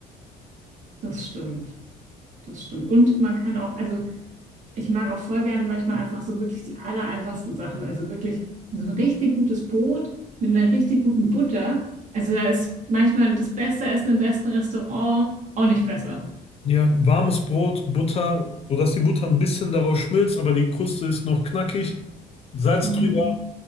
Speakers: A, on the right (about 45°); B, on the left (about 35°).
A: Das stimmt. das stimmt. Und man kann auch, also ich mag auch voll gern manchmal einfach so wirklich die aller einfachsten Sachen. Also wirklich so ein richtig gutes Brot mit einer richtig guten Butter. Also da ist manchmal das beste Essen im besten Restaurant auch nicht besser.
B: Ja, warmes Brot, Butter, sodass die Butter ein bisschen darauf schmilzt, aber die Kruste ist noch knackig. Salz
A: Mm,
B: drüber,